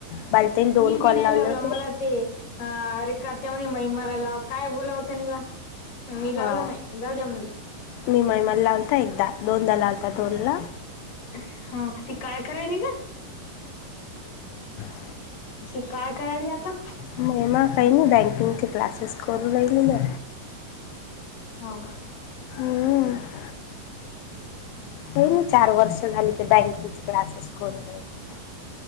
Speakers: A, on the left (about 80°); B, on the left (about 65°).
A: बाली ताईने दोन
B: मी बी
A: कॉल
B: नाही
A: लावले
B: लावला
A: होते.
B: <unintelligible> मी लावला
A: हा
B: नाही. जावू द्या म्हणलं.
A: मी महिमाला लाव फक्त एकदा,
B: लागते
A: दोनदा
B: एकदा
A: लावलता
B: बहुदा
A: दोनला.
B: लागते हो ती काय करायली का
A: <unintelligible>
B: ती काय करायली आता?
A: महिमा ताईनं, बँंकिंगचे क्लासेस करून राहिली ना!
B: हो का!
A: <unintelligible>
B: <unintelligible>
A: तीन, चार वर्ष झाली. ते बँकिंगचे क्लासेस करून राहिले.